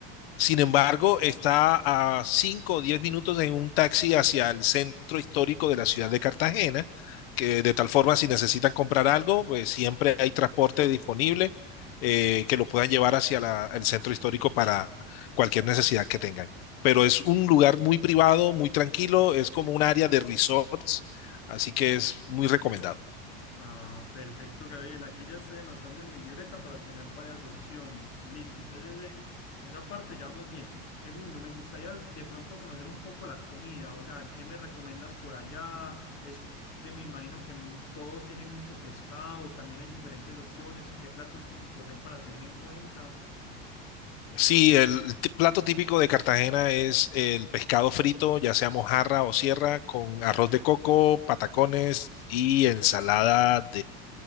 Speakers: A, on the left; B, on the left.
A: Sin embargo, está a 5 o 10 minutos en un taxi hacia el centro histórico de la ciudad de Cartagena, que de tal forma si necesitan comprar algo, pues siempre hay transporte disponible eh, que lo puedan llevar hacia la- el centro histórico para cualquier necesidad que tengan. Pero es un lugar muy privado, muy tranquilo, es como un área de resorts, así que es muy recomendado.
B: Ah, perfecto, Gabriel. Aquí ya estoy anotando en mi libreta para tener varias opciones. Listo, entonces eh, esa parte ya vamos bien. Segundo, me gustaría de pronto conocer un poco la comida, o sea, ¿qué me recomiendas por allá? Es de, me imagino que mm, todo tiene mucho pescado, también hay diferentes opciones. ¿Qué platos típicos hay para tener en cuenta?
A: Sí, el t- plato típico de Cartagena es el pescado frito, ya sea mojarra o sierra, con arroz de coco, patacones y ensalada